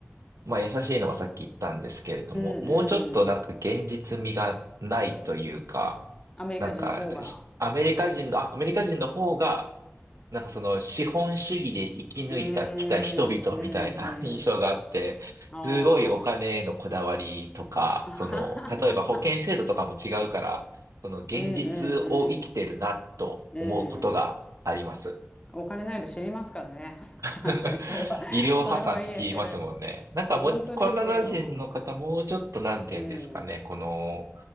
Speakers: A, on the right; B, on the left.
A: まあ、優しいのはさっき言ったんですけれども、
B: うんうん。
A: もうちょっとなんか現実味がないというか、
B: アメリカ人の方が。
A: なんか、しアメリカ人の、あアメリカ人の方が、なんかその資本主義で生き抜いたきた人々みたいな
B: うーん、うん、
A: <laughs> 印象があって、
B: うん。
A: すごいお金へのこだわりとか、
B: ああ。あははは
A: その、例えば保険制度とかも違うから、その現実を生きてるなと思うことがあります。
B: うん、うん、うん。うん。お金ないと知りますからね。<laughs>
A: <laughs>
B: 確かに、それはそれは言えてる。
A: 医療破産って聞きますもんね。なんかもう、
B: 本当ですよ。
A: カナダ人の方もうちょっとなんて言うんですかね、
B: うん、
A: この